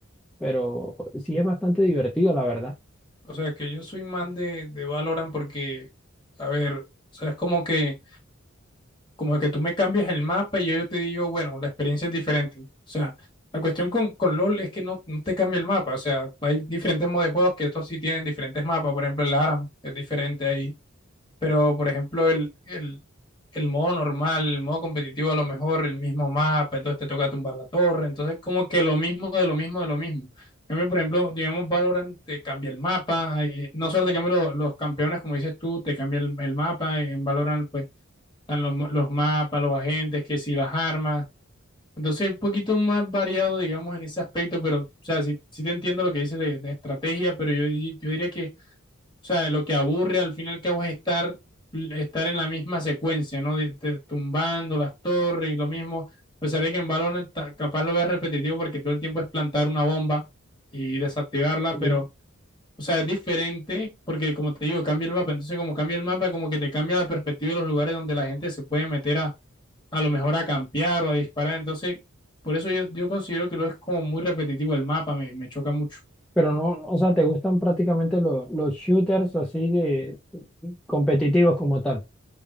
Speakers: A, in the centre; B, on the left.
A: pero sí es bastante divertido, la verdad.
B: o sea que yo soy más de, de Valorant porque, a ver, o sea, es como que, como que tú me cambias el mapa y yo, yo te digo, bueno, la experiencia es diferente. O sea, la cuestión con, con LOL es que no, no te cambia el mapa. O sea, hay diferentes modos de juegos que estos sí tienen diferentes mapas. Por ejemplo, el ARAM es diferente ahí. Pero, por ejemplo, el, el, el modo normal, el modo competitivo, a lo mejor el mismo mapa, entonces te toca tumbar la torre, entonces como que lo mismo de lo mismo de lo mismo. En cambio, por ejemplo, digamos, Valorant te cambia el mapa, ahí no solo te cambia lo- los campeones, como dices tú, te cambia el, el mapa, en Valorant pues están los, mo- los mapas, los agentes, que si las armas, entonces un poquito más variado, digamos, en ese aspecto, pero, o sea, sí, sí te entiendo lo que dices de, de estrategia, pero yo, di- yo diría que o sea, lo que aburre al final que vas a estar, estar en la misma secuencia, ¿no? De- de- tumbando las torres y lo mismo. A pesar de que en Valorant ta- capaz lo veas repetitivo porque todo el tiempo es plantar una bomba y desactivarla,
A: Sí.
B: pero, o sea, es diferente porque, como te digo, cambia el mapa. Entonces, como cambia el mapa, como que te cambia la perspectiva de los lugares donde la gente se puede meter a, a lo mejor a campear o a disparar. Entonces, por eso yo, yo considero que lo es como muy repetitivo el mapa, me, me choca mucho.
A: Pero no, no, o sea, te gustan prácticamente lo- los shooters así de competitivos como tal.